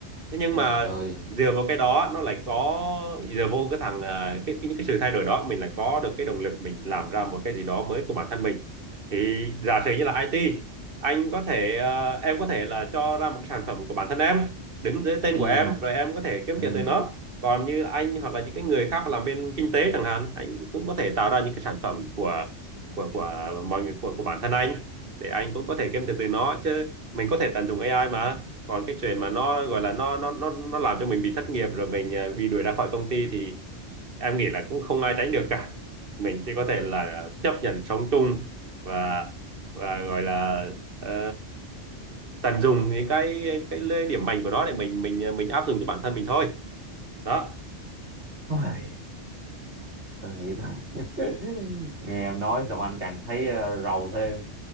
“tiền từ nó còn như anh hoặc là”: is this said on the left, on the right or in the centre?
Right